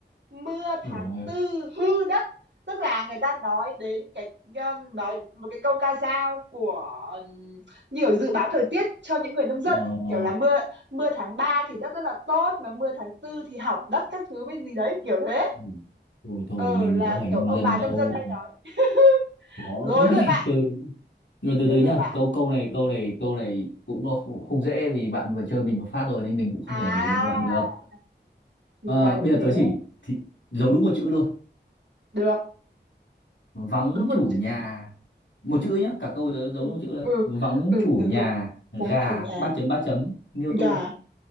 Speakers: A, on the right (about 80°); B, on the left (about 85°).
A: mưa
B: Ủa,
A: tháng tư hư đất. Tức là người ta nói đến cái um, nói một cái câu ca dao của um, như kiểu dự báo thời tiết cho những người nông dân
B: ờ,
A: kiểu là mưa mưa tháng 3 thì đất rất là tốt mà mưa tháng tư thì hỏng đất các thứ với gì đấy kiểu thế.
B: ừ. thôi thôi
A: Ờ
B: mình
A: là
B: có
A: kiểu
B: phải nông
A: ông
B: dân
A: bà
B: đâu
A: nông dân hay nói. <laughs>
B: khó
A: Rồi
B: thế
A: lượt
B: <laughs>
A: bạn,
B: chơi đấy. nhưng mà từ
A: đến
B: từ nhá
A: lượt bạn.
B: câu câu này câu này câu này cũng không, không dễ vì bạn vừa chơi mình một phát rồi nên mình cũng không
A: À,
B: thể nào để yên cho bạn được
A: thì
B: Ờ,
A: ra là
B: bây
A: thế.
B: giờ tớ chỉ thì giấu đúng một chữ thôi
A: Được,
B: vắng
A: đúng một
B: chủ
A: chữ
B: nhà một chữ nhá cả câu tớ giấu
A: ừ
B: đúng một chữ thôi
A: ừ
B: vắng
A: ừ
B: chủ
A: được
B: nhà
A: rồi
B: gà
A: vắng chủ nhà
B: ba chấm ba chấm niêu tôm
A: gà